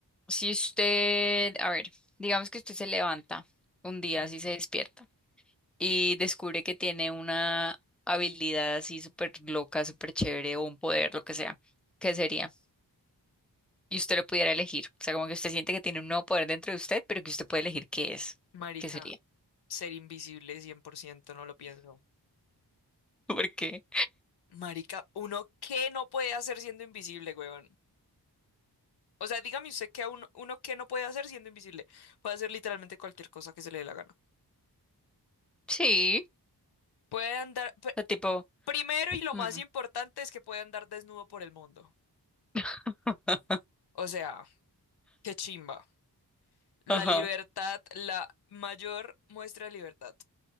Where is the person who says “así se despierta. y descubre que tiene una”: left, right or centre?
Centre